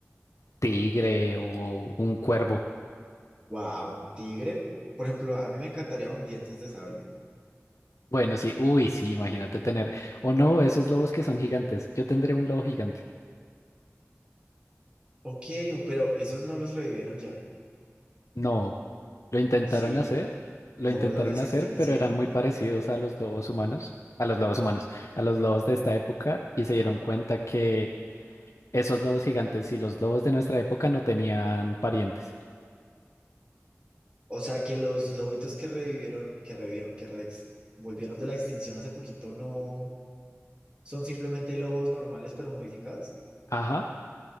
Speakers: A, on the left (about 80°); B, on the right (about 20°).
A: tigre o un cuervo.
B: Wow, un tigre. Por ejemplo, a mí me encantaría un dientes de sable.
A: Bueno, sí, uy, sí, imagínate tener, o no, esos lobos que son gigantes, yo tendré un lobo gigante.
B: Ok, pero esos no los revivieron ya.
A: No, lo intentaron
B: Sí,
A: hacer, lo
B: no
A: intentaron
B: los desextincieron.
A: hacer, pero eran muy parecidos a los lobos humanos, a los lobos humanos, a los lobos de esta época, y se dieron cuenta que esos lobos gigantes y los lobos de nuestra época no tenían parientes.
B: O sea, que los lobitos que revivieron, que revivieron, que rex, volvieron de la extinción hace poquito, no son simplemente lobos normales pero modificados.
A: Ajá,